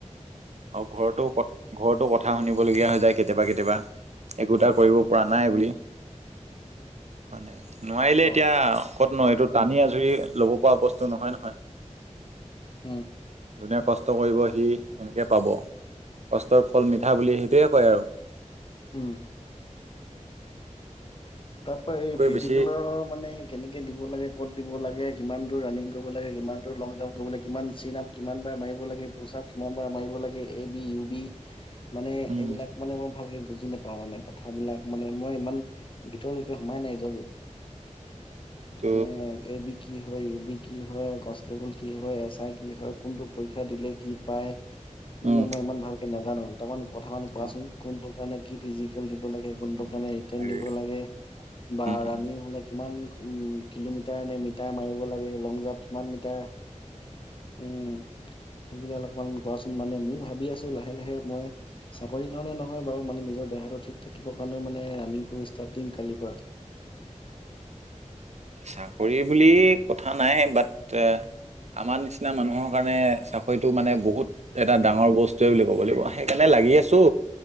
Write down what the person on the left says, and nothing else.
অ
উম
উম তাৰ পৰা
এই ফিজিকেলৰ
মানে কেনেকে দিব লাগে কত দিব লাগে কিমান দূৰ ৰাণিং কৰিব লাগে কিমান দূৰ লং জাম্প কৰিব লাগে কিমান চিন আপ কিমান মাৰিব লাগে পুষ আপ কিমান বাৰ মাৰিব হব লাগে এ বি ইউ বি। মানে
এইবিলাক মানে ময় ভালকে বুজি নাপাওঁ মানে কথাবিলাক মানে মই ইমান ভিতৰলৈকে সোমাই নাই যোৱা যে।
মানে এইবি কি হয় ইউবি কি হয় কনষ্টেবল কি হয় এছ কি হয় কোনটো পৰীক্ষা দিলে কি পায় মানে
মই ইমান ভালকে এ নাজানো দুতামান কথা মান কোৱাচোন
কোনটো কাৰণে কি ফিজিকেল দিম? কব লাগে কোনটো
কাৰণে
নিব লাগে বা
ৰানি হলে কিমান <unintelligible> কিলোমিটাৰ। মিটাৰ নে মিটাৰ মাৰিব লাগে লং জাম্প কিমান মিটাৰ উম সেইবিলাক অলপমান কোৱাচোন মানে মোৰ ভাবি আছো লাহে, লাহে মই চাকৰি কাৰণে নহয় বাৰু মানে নিজৰ দেহাটো ঠিক থাকিব কাৰণেও মানে ৰানিং দৌৰা ষ্টাৰ্ট দিম কালিৰ পৰা।